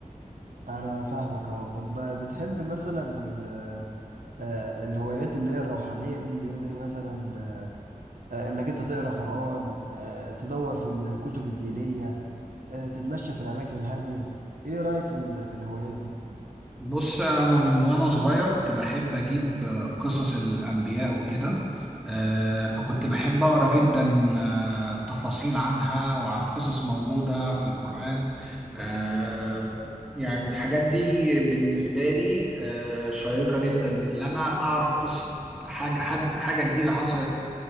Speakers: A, on the right; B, in the centre.
A: انا فاهمك اه طب بتحب مثلا ال... آه، الهوايات اللي هي الروحانية دي اللي هي زي مثلا آه، انك انت تقرا قرآن آه، تدور في الكتب الدينية آه، تتمشى في الاماكن الهادية ايه رأيك في ال- في الهوايات دي
B: بص انا من وانا صغير كنت بحب اجيب آه، قصص الانبياء وكده آه، فكنت بحب اقرا جدا آه، تفاصيل عنها وعن قصص موجوده في القران آه، يعني الحاجات دي بالنسبه لي آه، شيقه جدا ان انا اعرف قصه حاجه حد حاجه جديده حصلت